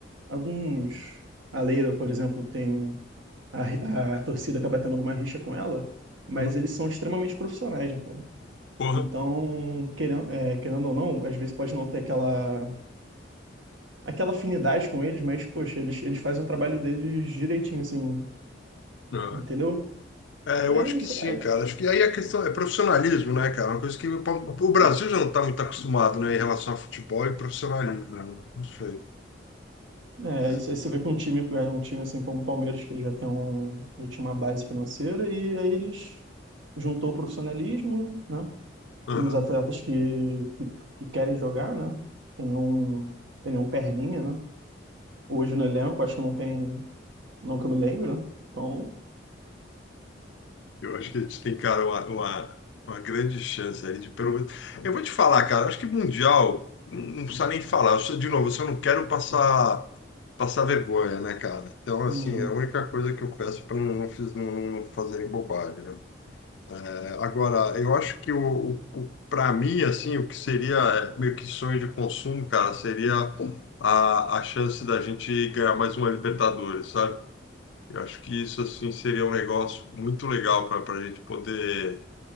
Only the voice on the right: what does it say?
Alguns. A Leila, por exemplo, tem. A, ri- a torcida acaba tendo alguma rixa com ela, mas
eles são extremamente profissionais, né, cara?
Então, querendo, é, querendo ou não, às vezes pode não ter aquela, aquela afinidade com eles, mas, poxa, eles, eles fazem o trabalho deles direitinho, assim,
entendeu?
Aí,
isso-
aí,
é,
isso aí você vê que um time, é, um time assim como o Palmeiras, que já tem um, já tinha uma base financeira, e aí eles juntou o profissionalismo, né?
uns atletas que, que, que querem jogar, né? Tem um, tem um perninha, né? Hoje no elenco, acho que não tem, não que eu me lembro, né? Então,
uhum,